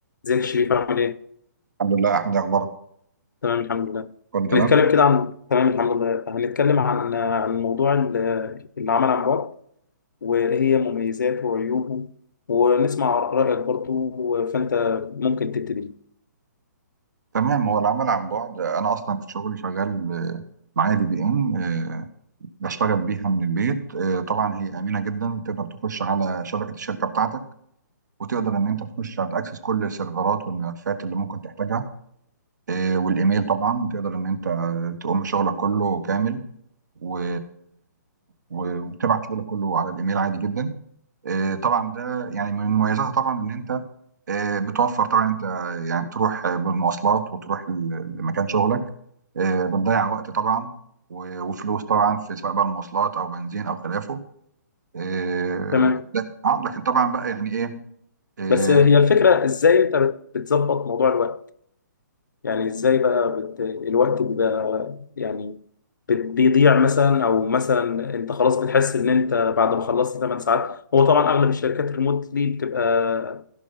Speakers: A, on the left (about 80°); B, on the right (about 70°).
A: ازيك يا شريف عامل ايه؟
B: الحمد لله احمد إيه اخبارك
A: تمام الحمد لله.
B: كله تمام
A: هنتكلم كده عن تمام الحمد لله هنتكلم عن عن موضوع ال- العمل عن بعد وايه هي مميزاته وعيوبه ونسمع رأيك برضو فانت ممكن تبتدي.
B: تمام هو العمل عن بعد انا اصلا في شغلي شغال آه، معايا في بي ان آه، بشتغل بيها من البيت آه، طبعا هي امنه جدا تقدر تخش على شبكه الشركه بتاعتك وتقدر ان انت تخش تاكسس كل السيرفرات والملفات اللي ممكن تحتاجها آه، والايميل طبعا تقدر ان انت آه، تقوم بشغلك كله كامل و... و- وبتبعت شغلك كله على الايميل عادي جدا آه، طبعا ده يعني من مميزاتها طبعا ان انت آه، بتوفر طبعا انت يعني تروح آه، بالمواصلات وتروح ل- لمكان شغلك آه، بتضيع وقت طبعا و- وفلوس طبعا في سواء بقى المواصلات او بنزين او خلافه آه،
A: تمام
B: لا اه لكن طبعا بقى يعني ايه آه،
A: بس هي الفكرة ازاي انت بت- بتظبط موضوع الوقت؟ يعني ازاي بقى بت... الوقت بيبقى يعني بت- بيضيع مثلا او مثلا انت خلاص بتحس ان انت بعد ما خلصت 8 ساعات هو طبعا اغلب الشركات ريموتلي بتبقى